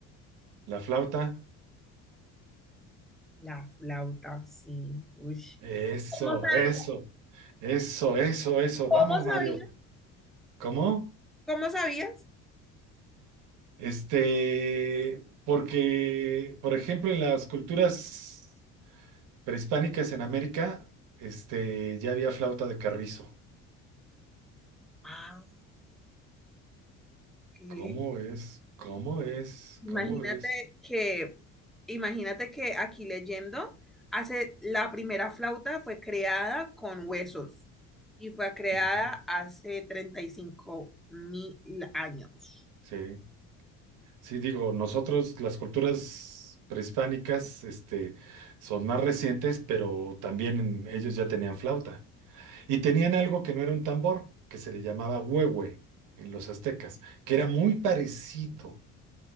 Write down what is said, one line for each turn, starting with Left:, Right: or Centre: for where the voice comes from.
Right: la flauta,
Centre: La flauta, sí. Ush.
Right: eso,
Centre: ¿Cómo sabías?
Right: eso, eso, eso, eso,
Centre: ¿Cómo
Right: vamos,
Centre: sabías?
Right: Mario. ¿Cómo?
Centre: ¿Cómo sabías?
Right: Este, porque, por ejemplo, en las culturas prehispánicas en América, este, ya había flauta de carrizo.
Centre: Ah, qué.
Right: ¿Cómo es? ¿Cómo es?
Centre: Imagínate
Right: ¿Cómo es?
Centre: que, imagínate que aquí leyendo, hace, la primera flauta fue creada con huesos y fue creada
Right: No.
Centre: hace treinta y cinco mil años.
Right: Sí, sí, digo, nosotros las culturas prehispánicas, este, son más recientes, pero también ellos ya tenían flauta. Y tenían algo que no era un tambor, que se le llamaba huehue en los aztecas, que era muy parecido.